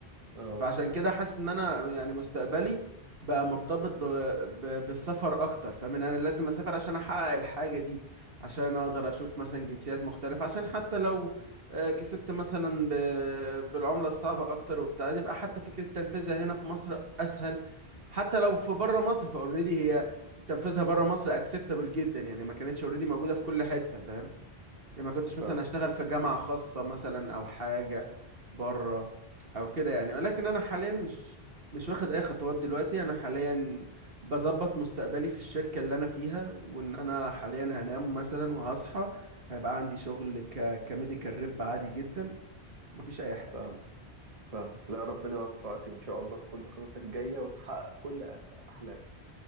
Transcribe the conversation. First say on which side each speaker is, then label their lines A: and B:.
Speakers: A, on the right; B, on the right.
A: اه
B: فعشان كده حاسس ان انا يعني مستقبلي بقى مرتبط ب... ب... بالسفر اكتر فاهم ان انا لازم اسافر عشان احقق الحاجة دي عشان اقدر اشوف مثلا جنسيات مختلفة عشان حتى لو آه، كسبت مثلا ب... بالعملة الصعبة اكتر وبتاع يبقى حتى فكرة تنفيذها هنا في مصر اسهل حتى لو في بره مصر فاوريدي هي تنفيذها بره مصر اكسبتابل جدا يعني ما كانتش اوريدي موجودة في كل حتة فاهم يعني ما كنتش مثلا
A: فعلا
B: اشتغل في جامعة خاصة مثلا او حاجة بره او كده يعني ولكن انا حاليا مش مش واخد اي خطوات دلوقتي انا حاليا بظبط مستقبلي في الشركة اللي انا فيها وان انا حاليا هنام مثلا وهصحى هيبقى عندي شغل ك كميديكال ريب عادي جدا مفيش اي حاجة
A: فاهم فاهم لا ربنا يوفقك ان شاء الله في كل خططك الجاية وتحقق كل آه، احلامك